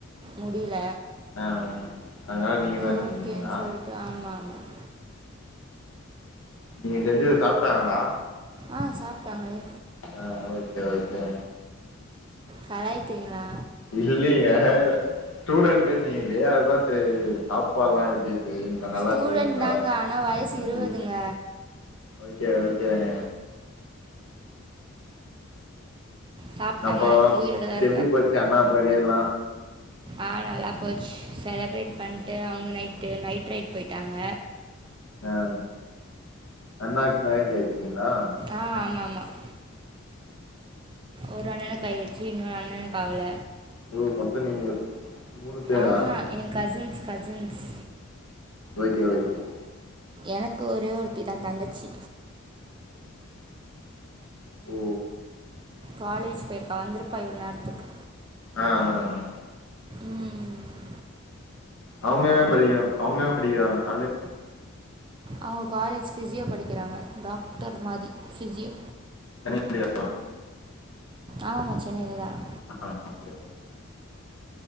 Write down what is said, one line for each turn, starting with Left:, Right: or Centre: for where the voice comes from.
Right: முடில
Left: ஆ அதனால நீங்க தா
Right: ஓகேன்னு
Left: செஞ்சீங்ளா
Right: சொல்லிட்டு ஆமாம் ஆமாம்
Left: நீங்க செஞ்சத சாப்ட்டாங்ளா
Right: ஆ சாப்ட்டாங்களே
Left: ஆ ஓகே ஓக்கே
Right: கலாய்கிறீங்களா
Left: இல்லிங்க ஸ்டூடெண்ட்டு நீங்ளே அதுதா சாப்பாடல்லா எப்டி செய்வீங்களா நல்லா
Right: ஸ்டூடண்ட்
Left: செய்வீங்களா
Right: தாங்க ஆனா வயசு
Left: அப்டின்
Right: இருவதுங்க
Left: ஓகே ஓகேங்க
Right: சாப்பிட்டாங்க
Left: அப்ப
Right: உயிரோட தான்
Left: எப்டி போச்சு அண்ணா பர்டே எல்லா
Right: ஆஹ் நல்லா போச்சு செலப்ரேட்
Left: ம்
Right: பண்ட்டு அவங்க நைடு நைட் ரைய்ட் போய்ட்டாங்க
Left: ஆஹ் அண்ணாக்கு மேரேஜ் ஆய்டுச்சுங்ளா
Right: ஆ ஆமாம் ஆமாம் ஒரு அண்ணனுக்கு ஆய்றுச்சு இன்னொரு அண்ணனுக்கு ஆவல
Left: ஓ மொத்தம் நீங்க மூணு பேரா
Right: ஆஹா என் கசின்ஸ் கசின்ஸ்
Left: ஓகே ஓகே
Right: எனக்கு ஒரே ஒருத்தி தான் தங்கச்சி
Left: ஓ
Right: காலேஜ் பேய்ர்க்கா வந்துர்பா இன் நேரத்துக்கு
Left: ஆ ஆ
Right: ம்,
Left: அவுங்க என்ன அவுங்க என்ன படிக்க படிக்கிறாங்க காலேஜ்
Right: அவஙக காலேஜ் பிஸியோ படிக்கிறாங்க டாக்டர் மாரி பிஸியோ
Left: கனிப்படியா <unintelligible>
Right: ஆமாமா சென்னைலதான்
Left: <unintelligible>